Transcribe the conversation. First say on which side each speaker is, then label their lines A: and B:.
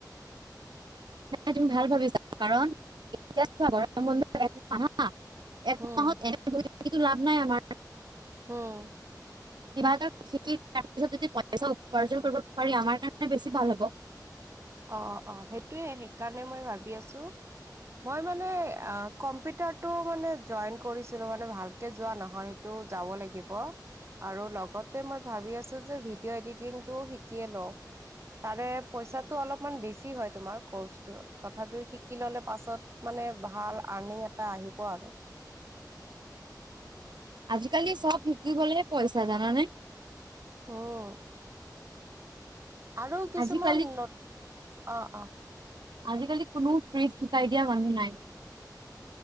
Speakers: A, on the right (about 85°); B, on the right (about 40°).
A: নাই তুমি ভাল ভাবিছা কাৰণ এতিয়া চোৱা গৰম বন্ধত আহা এক
B: হম
A: মাহত এনে বহি থাকিটো লাভ নাই আমাৰ
B: উম
A: কিবা এটা যিটি কৰাৰ পিছত যদি পইচা উপাৰ্জন কৰিব পাৰি আমাৰ কাৰণে বেছি ভাল হ'ব
B: অ' অ' সেইটোয়ে সেইকাৰণে মই ভাবি আছো মই মানে হা কম্পিউটাৰটো মানে জইন কৰিছিলোঁ মানে ভালকে যোৱা নহয়তো আকৌ যাব লাগিব আৰু লগতে মই ভাৱি আছো যে ভিডিঅ' এডিটিংটোও শিকিয়ে লওঁ। তাৰে পইচাত তো অলপমান বেছি হয় তোমাৰ ক'ৰ্চটো তথাপিও শিকি ল'লে পাছত মানে ভাল আৰ্নিং এটা এটা আহিব আৰু
A: আজিকালি চব শিকিবলে পইচা জানানে
B: উম আৰু কিছুমান
A: আজিকালি
B: নত অ অ
A: আজিকালি কোনো ফ্ৰীত শিকাই দিয়া মানুহ নাই